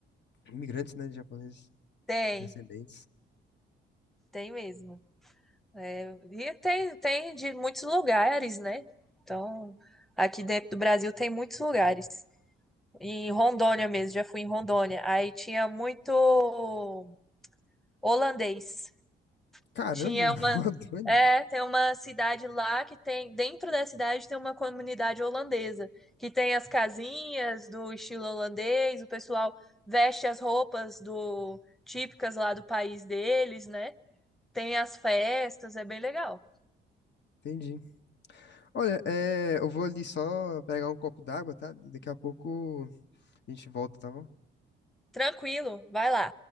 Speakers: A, on the left; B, in the centre.
A: imigrantes, né, de japoneses,
B: Tem,
A: descendentes.
B: tem mesmo. É, e tem, tem de muitos lugares, né? Então, aqui dentro do Brasil tem muitos lugares. Em Rondônia mesmo, já fui em Rondônia. Aí tinha muito holandês.
A: Caramba,
B: Tinha
A: <laughs>
B: uma,
A: o Adoni.
B: é, tem uma cidade lá que tem, dentro da cidade tem uma comunidade holandesa, que tem as casinhas do estilo holandês, o pessoal veste as roupas do típicas lá do país deles, né? Tem as festas, é bem legal.
A: Entendi. Olha, é, eu vou ali só pegar um copo d'água, tá? Daqui a pouco a gente volta, tá bom?
B: Tranquilo, vai lá.